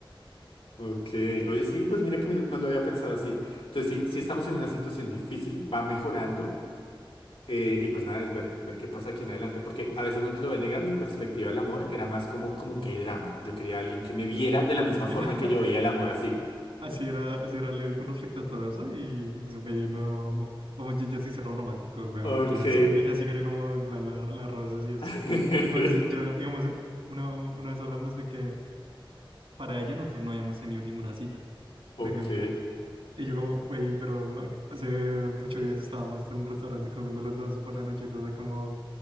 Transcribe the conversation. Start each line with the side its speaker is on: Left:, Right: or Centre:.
Left: Ok. Oye, sí, pues mira que mi- no lo había pensado así. Entonces, sí, sí estamos en una situación difícil, va mejorando. eh, y pues nada, es ver, ver qué pasa aquí en adelante. Porque a veces no te lo voy a negar, mi perspectiva del amor era más como, como un K-drama. Yo quería a alguien que me viera de la misma
Right: Así
Left: forma
Right: era, <laughs>
Left: en que yo veía el amor así.
Right: así era, así era Leo con respecto a todo eso. Y pues, güey, no. Vamos, yo, yo sí cerro romántico, weón.
Left: Ok.
Right: Y ella sí, ella sí quiere, como, en plan, la- las rosas y eso.
Left: <laughs>
Right: Y pues, sí, yo, digamos, una, una vez hablamos de que para ella nosotros no habíamos tenido ninguna cita, por
Left: Ok.
Right: ejemplo. Y yo, como, güey, pero hace ocho días estábamos en un restaurante comiendo los dos por la noche. Entonces, como,